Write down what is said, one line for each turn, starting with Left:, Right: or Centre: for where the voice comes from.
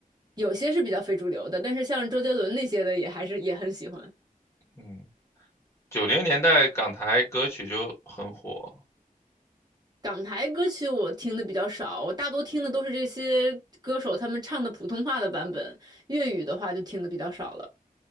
Right: 有些是比较非主流的，但是像周杰伦那些的也还是也很喜欢。
Left: 嗯，九零年代港台歌曲就很火，
Right: 港台歌曲我听的比较少，我大多听的都是这些歌手他们唱的普通话的版本，粤语的话就听的比较少了。